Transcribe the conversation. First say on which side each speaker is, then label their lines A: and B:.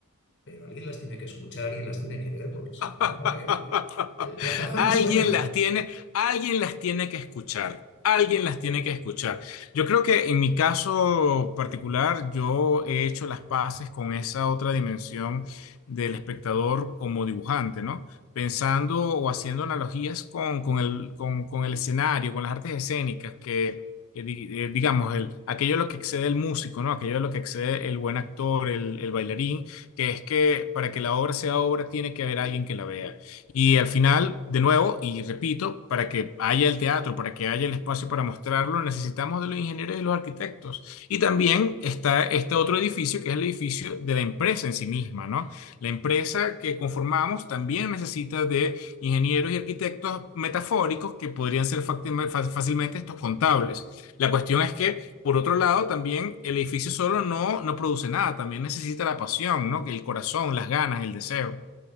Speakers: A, on the left; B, on the left.
A: pero alguien las tiene que escuchar, alguien las tiene que leer, porque si no,
B: <laughs>
A: el- la caja
B: Alguien
A: no suena.
B: las tiene, alguien las tiene que escuchar. Alguien las tiene que escuchar. Yo creo que en mi caso particular, yo he hecho las paces con esa otra dimensión del espectador como dibujante, ¿no? Pensando o haciendo analogías con, con el, con, con el escenario, con las artes escénicas, que eh, di- eh, digamos, el, aquello a lo que excede el músico, ¿no? Aquello a lo que excede el buen actor, el el bailarín que es que para que la obra sea obra tiene que haber alguien que la vea. Y al final, de nuevo, y repito, para que haya el teatro, para que haya el espacio para mostrarlo, necesitamos de los ingenieros y de los arquitectos. Y también está este otro edificio, que es el edificio de la empresa en sí misma, ¿no? La empresa que conformamos también necesita de ingenieros y arquitectos metafóricos que podrían ser fácilmente estos contables. La cuestión es que, por otro lado, también el edificio solo no, no produce nada, también necesita la pasión, ¿no? Que el corazón, las ganas, el deseo.